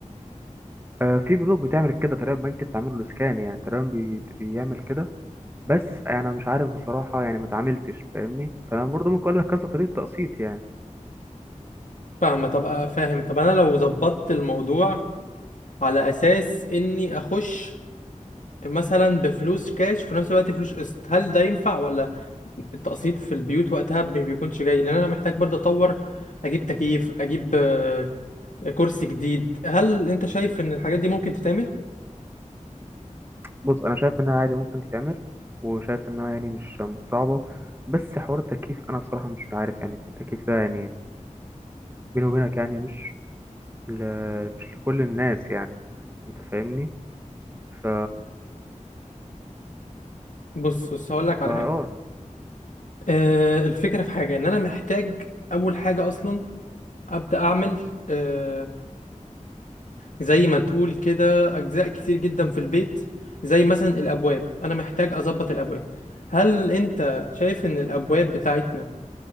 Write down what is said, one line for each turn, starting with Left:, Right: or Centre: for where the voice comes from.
Right: آه، في بنوك بتعمل كده تقريبا بنك التعمير الإسكاني يعني تقريبا بي- بيعمل كده بس انا مش عارف بصراحه يعني ما اتعاملتش فاهمني فانا برضه ممكن اقول لك كذا طريقه تقسيط يعني
Left: فاهمه طب آه، فاهم طب انا لو ظبطت الموضوع على اساس اني اخش مثلا بفلوس كاش وفي نفس الوقت فلوس قسط هل ده ينفع ولا التقسيط في البيوت وقتها ما بيكونش جاي لان انا محتاج برضه اطور اجيب تكييف اجيب آه، كرسي جديد هل انت شايف ان الحاجات دي ممكن تتعمل
Right: بص انا شايف انها عادي ممكن تتعمل وشايف انها يعني مش مش صعبه بس حوار التكييف انا بصراحه مش عارف يعني التكييف ده يعني بيني وبينك يعني مش ل... مش لكل الناس يعني انت فاهمني ف
Left: بص بص هقول لك
Right: فا
Left: على حاجه
Right: اه
Left: آه الفكره في حاجه ان انا محتاج اول حاجه اصلا ابدا اعمل آه زي ما تقول كده اجزاء كتير جدا في البيت زي مثلا الابواب انا محتاج اظبط الابواب هل انت شايف ان الابواب بتاعتنا